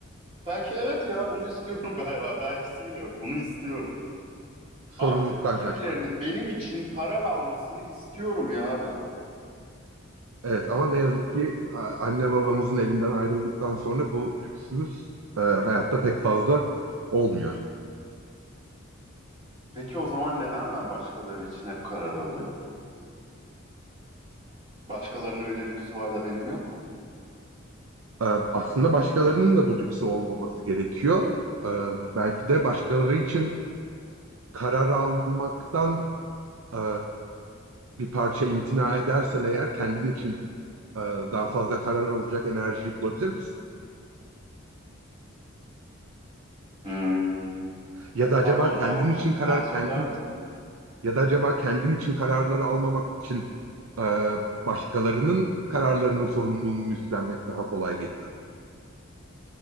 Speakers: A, on the right (about 30°); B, on the right (about 75°).
A: Belki evet ya bunu istiyorum <laughs> galiba. Belkisi bile yok. Bunu istiyorum.
B: Sorumluluktan
A: Artık birilerinin
B: kaçmak.
A: benim için karar almasını istiyorum ya ben.
B: Evet ama ne yazık ki a- anne babamızın evinden ayrıldıktan sonra bu lüksümüz e, hayatta pek fazla olmuyor.
A: Peki o zaman neden ben başkaları için hep karar alıyorum? Başkalarının öyle lüksü var da benim yok mu?
B: E, aslında başkalarının da bu lüksü olmaması gerekiyor. E, belki de başkaları için karar almaktan e, bir parça imtina edersen eğer kendin için e, daha fazla karar alacak enerjiyi bulabilir misin?
A: Hmm,
B: Ya da acaba
A: pardon
B: kendin
A: dağılmışım.
B: için karar
A: Bir daha söyler
B: kendin
A: misiniz?
B: Ya da acaba kendin için kararları almamak için e, başkalarının kararlarının sorumluluğunu mu üstlenmek daha kolay geliyor?